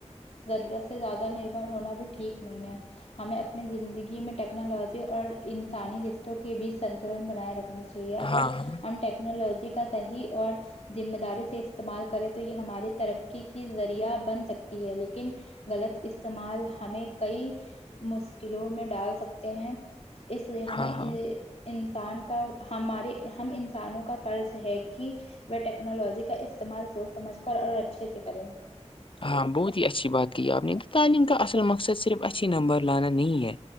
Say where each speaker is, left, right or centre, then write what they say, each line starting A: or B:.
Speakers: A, on the left; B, on the left.
A: ضرورت سے زیادہ نربھر ہونا بھی ٹھیک نہیں ہے ہمیں اپنی زندگی میں ٹیکنالوجی اور انسانی رشتوں کے بیچ سنتلن بنائے رکھنا چاہیے اگر
B: ہاں ہاں
A: ہم ٹیکنالوجی کا صحیح اور ذمہ داری سے استعمال کرے تو یہ ہماری ترقی کی ذریعہ بن سکتی ہے لیکن غلط استعمال ہمیں کئی مشکلوں میں ڈال سکتے ہیں اس لیے ہمیں
B: ہاں ہاں
A: انسان کا ہمارے ہم انسانوں کا فرض ہے کہ وہ ٹیکنالوجی کا استعمال سوچ سمجھ کر اور اچھے سے کرے
B: ہاں بہت ہی اچھی بات کہ آپ نے تو تعلیم کا اصل مقصد صرف اچھی نمبر لانا نہیں ہے